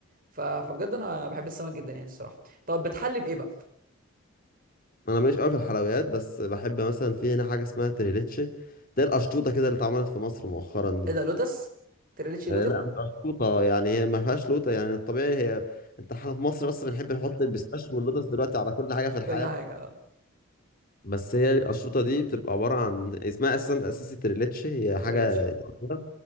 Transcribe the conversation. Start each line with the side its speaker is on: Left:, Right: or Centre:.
Right: ف... فبجد انا بحب السمك جدا يعني الصراحه طب بتحلي بايه بقى
Left: انا ماليش قوي في الحلويات بس بحب مثلا في هنا حاجه اسمها تريليتشي ده القشطوطه كده اللي اتعملت في مصر مؤخرا دي
Right: ايه ده لوتس تريليتشي
Left: آه،
Right: لوتس
Left: لا مش قشطوطه يعني هي ما فيهاش لوطه يعني الطبيعي هي انت احنا في مصر بس بنحب نحط البيستاشيو واللوتس دلوقتي على كل حاجه في الحياه
Right: كل حاجه اه
Left: بس هي القشطوطه دي بتبقى عباره عن اسمها اساسا اساسي تريليتشي هي حاجه
Right: تريليتشي اه
Left: إيطالية